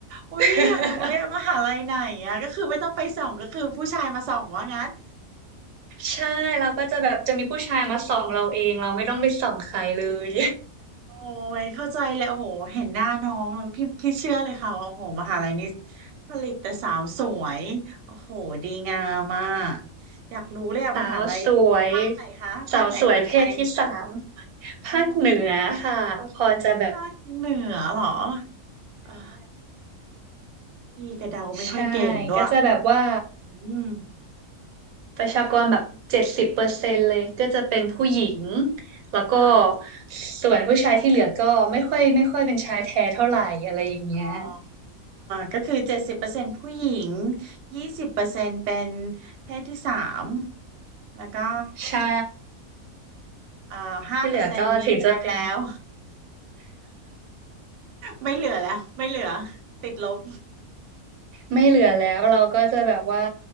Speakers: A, on the right; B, on the right.
A: อุ้ยอยากรู้เลยอะมหาลัยไหนอะก็คือไม่ต้องไปส่องก็คือผู้ชายมาส่องว่างั้น
B: <laughs> ใช่เราก็จะแบบจะมีผู้ชายมาส่องเราเอง เราไม่ต้องไปส่องใครเลย
A: โอ้ยเข้าใจเลยโอ้โหเห็นหน้าน้องแล้วพี่พี่เชื่อเลยค่ะว่าโอ้โหมหาลัยนี้ผลิตแต่สาวสวยโอ้โหดีงามมากอยากรู้เลยอะมหาลัยภาคไหนคะภาคไหนของไทย
B: <laughs> สาวสวยสาวสวยเพศที่สามภาคเหนือค่ะพอจะแบบ
A: เออภาคเหนือเหรออ่าพี่กระเดาไม่ค่อยเก่งด้วย
B: ใช่ก็จะแบบว่า
A: อืม
B: ประชากรแบบเจ็ดสิบเปอร์เซ็นต์เลยก็จะเป็นผู้หญิง
A: ค่ะ
B: แล้วก็
A: ค่ะ
B: ส่วนผู้ชายที่เหลือก็ไม่ค่อยไม่ค่อยเป็นชายแท้เท่าไหร่อะไรอย่างเงี้ย
A: อ๋อก็คือเจ็ดสิบเปอร์เซ็นต์ผู้หญิงยี่สิบเปอร์เซ็นต์เป็นเพศที่สามแล้วก็
B: <laughs> ใช่
A: เอ่อห้าเปอร์เซ็นต์มีแฟนแล้ว
B: ที่เหลือก็ถึงจะเป็น
A: ไม่เหลือแล้วไม่เหลือติดลบ
B: ไม่เหลือแล้วเราก็จะแบบว่า